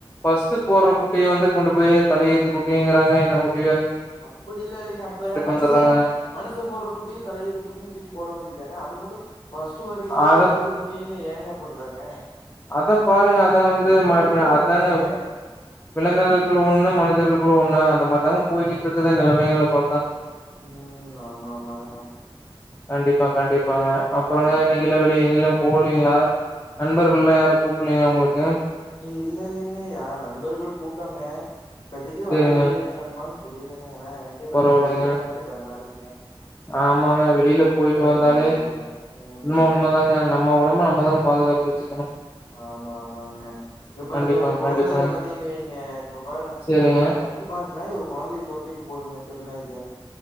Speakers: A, on the left; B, on the left.
A: ஃபஸ்ட் போற குட்டிய வந்து கொண்டு போய் தலையேத்து குட்டிங்கறாங்க என்ன குட்டி
B: அப்டி இல்ல இல்லங்க அப்ப மனுஷ
A: வந்துடுறாங்க
B: மனுஷன் போடுற குட்டி தலை எழுத்து குட்டின்னு தூக்கி போட வேண்டியதாங்க அது மட்டு ஃபஸ்ட் வரிச
A: அத
B: சிங்க குட்டின்னு ஏங்க பண்றாங்க
A: அத பாருங்க அதா வந்து
B: எல்லா உயிரும்
A: அதாங்க
B: ஒண்ணுதாங்க
A: விலங்குகளுக்கு ஒண்ணு மன விலந்கு ஒன்னா அந்த மாரி தாங்க போயிட்டு இருக்குது நெலமைகள பாத்தா
B: ம் ஆமா ஆமாங்க
A: கண்டிப்பா கண்டிப்பாங்க அப்பறங்க
B: நல்
A: இன்னைக்குல வெளிய எங்கிலும் போலீங்களா நன் இப்பெர்ல்லயா யாரும் கூப்பல்லயா உங்களுக்கு <unintelligible>
B: இ இல்ல இல்லங்க யார் நண்பர்கள் கூப்ட்டாங்க இப்பதைக்கு
A: சேரிங்க
B: வர முடியாது நண்பன் சொல்லிட்டேங்கயா னே எனக்கே பாத்தீங்கன்ன
A: பரவாயில்லைங்க
B: வெயிட்ல பாத்தாலே பயமா இருக்கு
A: ஆமாங்க வெளில போயிட்டு
B: வந்துர
A: வந்தாலே
B: மாட்டேங்குதுங்க ம்
A: உண்மை உண்மை தாங்க நம்ம உடம்ப நம்மதாங்க பாதுகாப்பு வச்சுக்கனும்
B: ஆமா ஆமா ஆ இப்ப பாருங்க
A: கண்டிப்பாங்க
B: ஒரு கொழந்தைய
A: கண்டிப்பாங்க
B: பாத்தீங்கன்னா வைங்க இப்ப பாருங்க
A: சேரிங்க
B: ஒரு பத்து பதினாஞ்சு நாய் ஒரு கொழந்தைய துரத்திட்டு போதுங்க தெருநாய்க